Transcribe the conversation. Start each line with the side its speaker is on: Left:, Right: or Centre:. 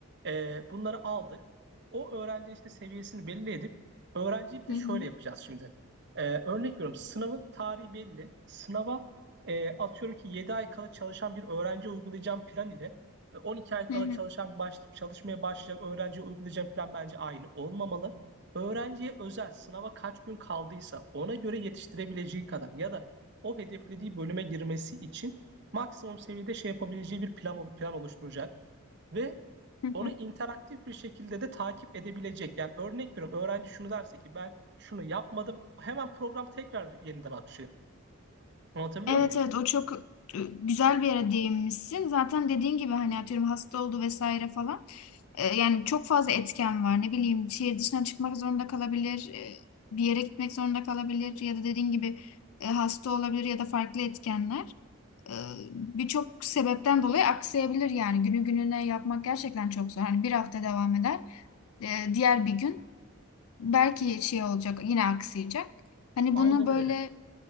Right: Ee, bunları aldık. O öğrenci işte seviyesini belli edip öğrenciyi bir de
Left: Hı hı.
Right: şöyle yapacağız şimdi. Ee, örnek veriyorum sınavın tarihi belli. Sınava e, atıyorum ki 7 ay kala çalışan bir öğrenci uygulayacağım plan ile e, 12 ay kala
Left: Hı hı,
Right: çalışan baş, çalışmaya başlayacak öğrenciye uygulayacağım plan bence aynı olmamalı. Öğrenciye özel sınava kaç gün kaldıysa ona göre yetiştirebileceği kadar ya da o hedeflediği bölüme girmesi için maksimum seviyede şey yapabileceği bir plan, plan oluşturacak. Ve
Left: hı
Right: onu
Left: hı.
Right: interaktif bir şekilde de takip edebilecek. Yani örnek veriyorum öğrenci şunu derse ki ben şunu yapmadım hemen program tekrar yeniden akışıyor. Anlatabiliyor
Left: Evet
Right: muyum?
Left: evet o çok e, güzel bir yere değinmişsin. Zaten dediğin gibi hani atıyorum hasta oldu vesaire falan. E, yani çok fazla etken var. Ne bileyim şehir dışına çıkmak zorunda kalabilir. e, bir yere gitmek zorunda kalabilir. Ya da dediğin gibi e, hasta olabilir ya da farklı etkenler. E, birçok sebepten dolayı aksayabilir yani. Günü gününe yapmak gerçekten çok zor. Hani bir hafta devam eder. E, diğer bir gün belki şey olacak yine aksayacak. Hani
Right: Aynen
Left: bunu böyle
Right: öyle.